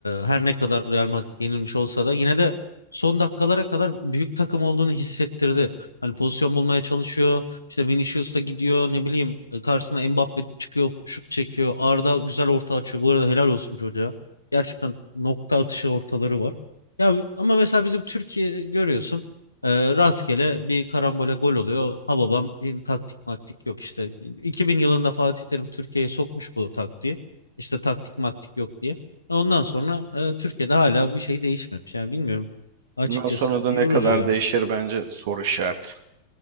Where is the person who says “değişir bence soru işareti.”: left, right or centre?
Right